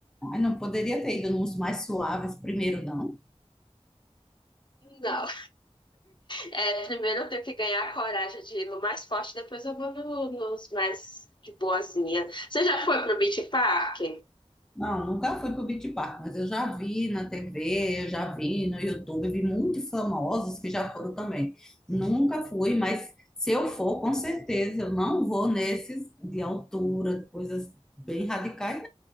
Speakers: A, in the centre; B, on the left.
A: Ai, não poderia ter ido nos mais suaves primeiro, não?
B: Não, é, primeiro eu tenho que ganhar a coragem de ir no mais forte, depois eu vou no- nos mais de boazinha. Você já foi pro Beach Park?
A: Não, nunca fui pro o Beach Park, mas eu já vi na TV, eu já vi no YouTube, vi muitos famosos que já foram também. Nunca fui, mas se eu for, com certeza, eu não vou nesses de altura, coisas bem radicais,